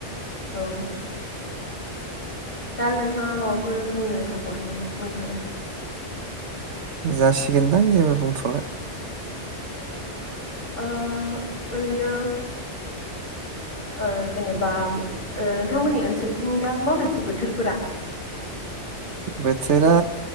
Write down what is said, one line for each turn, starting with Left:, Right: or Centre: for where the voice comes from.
Left: औ दा नोंथाङा माबाफोर बुंनो सानबावदों नामा बुंनो हागोन दे
Right: जासिगोनदां जेबो बुंथ'ला
Left: ओ ओरैनो ओ जेनेबा ओ नोंथांमोननि ओनसोलथिं दा माबायदि बोथोरफोरा
Right: बोथोरा